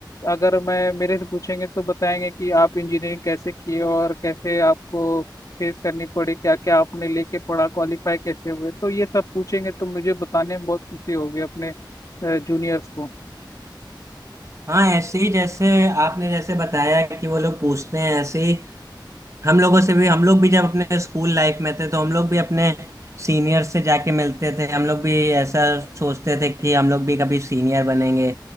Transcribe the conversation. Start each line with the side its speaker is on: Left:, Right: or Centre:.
Left: अगर मैं मेरे से पूछेंगे तो बताएंगे कि आप इंजीनियरिंग कैसे किए और कैसे आपको फेस करनी पड़ी क्या क्या आपने लेके पढ़ा क्वालिफाई कैसे हुए तो ये सब पूछेंगे तो मुझे बताने में बहुत खुशी होगी अपने जूनियर्स को
Right: हाँ ऐसे ही जैसे आपने जैसे बताया कि वो लोग पूछते हैं ऐसे ही हम लोगों से भी हम लोग भी जब अपने स्कूल लाइफ में थे तो हम लोग भी अपने सीनियर से जाके मिलते थे हम लोग भी ऐसा सोचते थे कि हम लोग भी कभी सीनियर बनेंगे